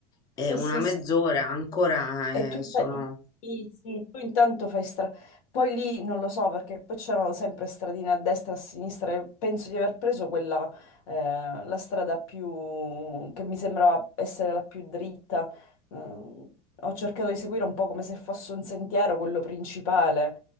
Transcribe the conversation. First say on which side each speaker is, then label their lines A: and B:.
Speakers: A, on the left; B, on the left.
A: e
B: Sì,
A: una
B: sì,
A: mezz'ora
B: sì.
A: ancora
B: E tu,
A: eh, sono.
B: inta- sì, sì, tu intanto fai strada. Poi lì non lo so perché poi c'erano sempre stradine a destra e a sinistra. e Penso di aver preso quella, eh, la strada più che mi sembrava essere la più dritta. Mm, ho cercato di seguire un po' come se fosse un sentiero, quello principale.